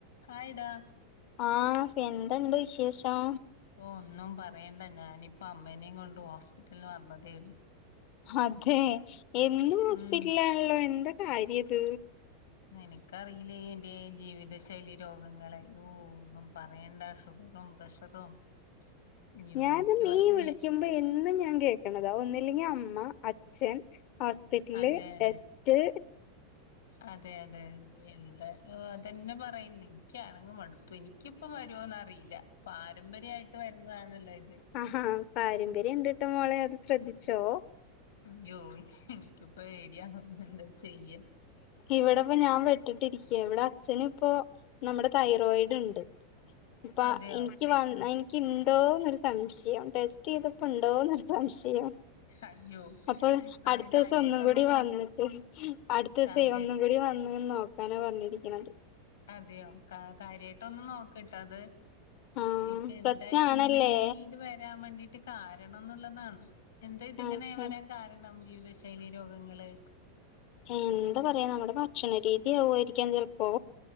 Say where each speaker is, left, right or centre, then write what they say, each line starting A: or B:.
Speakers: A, on the left; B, on the left.
A: Hi ഡാ
B: ആഹ് എന്തുണ്ട് വിശേഷം
A: ഓ ഒന്നും പറയണ്ട ഞാനിപ്പ അമ്മേനിം കൊണ്ട് ഹോസ്പിറ്റൽന്ന് വന്നതേയുള്ളൂ
B: അതെ എന്നും ഹോസ്പിറ്റലാണല്ലോ
A: ഉം
B: എന്താ കാര്യ ഇത്
A: നിനക്കറിയില്ലേ എന്റെ ഈ ജീവിത ശൈലി രോഗങ്ങളെ ഓ ഒന്നും പറയണ്ട ഷുഗറും പ്രഷറും അയ്യോ
B: ഞാനും
A: എനിക്ക്
B: നീ
A: വയ്യ
B: വിളിക്കു എന്നും ഞാൻ കേൾക്കണതാ ഒന്നില്ലെങ്കിൽ അമ്മ അച്ഛൻ ഹോസ്പിറ്റല്
A: അതെ അതെ
B: ടെസ് റ്റ്
A: അതെ അതെ നീ എന്താ ഓ അതെന്നെ പറയുന്നെ ഇൻക്കാണെങ്കി മടുത്തു ഇൻക്കിപ്പം വരുവോന്നറിയില്ല പാരമ്പര്യായിട്ട് വരുന്നതാണല്ലോ ഇത്
B: ആഹ് പാരമ്പര്യം ഇണ്ട്ട്ട മോളെ അത് ശ്രദ്ധിച്ചോ
A: അയ്യോ എനിക്കിപ്പോ പേടിയാവുന്നു എന്താ ചെയ്യാ
B: ഇവിടെപ്പം ഞാൻ പെട് പെട്ടിട്ടിരിക്യാ ഇവടെ അച്ഛന്പ്പോ നമ്മടെ തൈറോയിഡ് ഉണ്ട് ഇപ്പ
A: അതെയോ
B: എൻ എനിക്ക് വ
A: ഉം
B: എനിക്ക്ണ്ടോന്നൊരു സംശയം ടെസ്റ്റ് ചെയ്തപ്പോ ഇണ്ടോന്നൊരു സംശയം
A: അയ്യോ
B: അപ്പൊ
A: അത്
B: അടുത്തോസം
A: കാര്യായിട്ടൊന്നും
B: ഒന്നും കൂടി
A: നോക്ക
B: വന്നിട്ട് അട് അട്ത്തോസെ
A: കാര്യായി
B: ഒന്നും കൂടി വന്നൊന്ന് നോക്കാനാ പറഞ്ഞിരിക്ക്ണത്
A: അതെയോ കാ കാര്യായിട്ടൊന്ന് നോക്ക്ട്ടോ അത്
B: ആഹ്
A: ഇപ്പ എന്തായിപ്പ
B: പ്രശ്നാണല്ലേ
A: ഇങ്ങനെ ഇത് വരാൻ വേണ്ടീട്ട് കാരണംന്നുള്ളതാണ് എന്താ ഇതിങ്ങനെ
B: ആഹ് ആഹ്
A: വരാൻ കാരണം ജീവിത ശൈലി രോഗങ്ങള്
B: എന്താ പറയാ നമ്മുടെ ഭക്ഷണ രീതിയാവുവായിരിക്കാം ചെലപ്പോ